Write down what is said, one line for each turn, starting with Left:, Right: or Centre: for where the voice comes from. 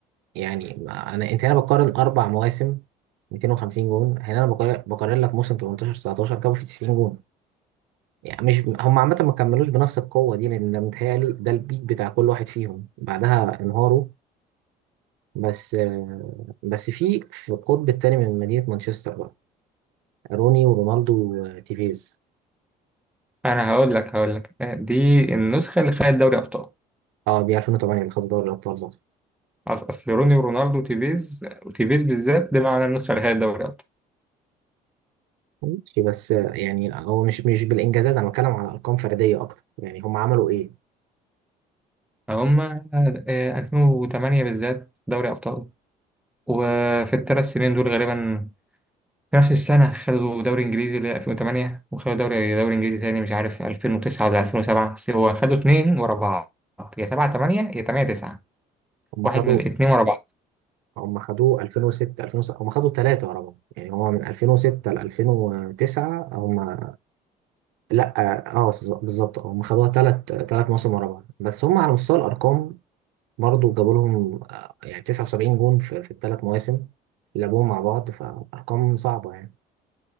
Right: يعني ما أنا أنت هنا بقارن أربع مواسم 250 جون هنا أنا بقارن, بقارن لك موسم 18 19 جابوا فيه 90 جون يعني مش هم عامة ما كملوش بنفس القوة دي لأن متهيألي ده البيك بتاع كل واحد فيهم بعدها انهاروا بس آه، بس في في القطب التاني من مدينة مانشستر بقى روني ورونالدو وتيفيز
Centre: انا هقول لك هقول لك آه، دي النسخه اللي خدت دوري ابطال
Right: اه دي 2008 اللي خدوا دوري الابطال ده
Centre: أص- اصل روني ورونالدو وتيفيز وتيفيز بالذات ده معنى النسخه اللي خدت دوري ابطال
Right: ماشي بس آه، يعني هو مش مش بالانجازات انا بتكلم على ارقام فرديه اكتر يعني هم عملوا ايه
Centre: هم 2008 بالذات دوري ابطال وفي الثلاث سنين دول غالبا في نفس السنه خدوا دوري انجليزي اللي هي 2008 وخدوا دوري دوري انجليزي تاني مش عارف 2009 ولا 2007 بس هو خدوا اتنين ورا بعض يا 7 8 يا 8 9
Right: هم
Centre: واحد
Right: خدوا
Centre: من الاتنين ورا بعض
Right: هم خدوه 2006 2007 هم خدوا ثلاثه ورا بعض يعني هو من 2006 ل 2009 هم لا اه آه، بالظبط آه، هم خدوها ثلاث ثلاث مواسم ورا بعض بس هم على مستوى الارقام برضو جابوا لهم آه، يعني 79 جون في, في الثلاث مواسم اللي لعبوهم مع بعض فارقام صعبه يعني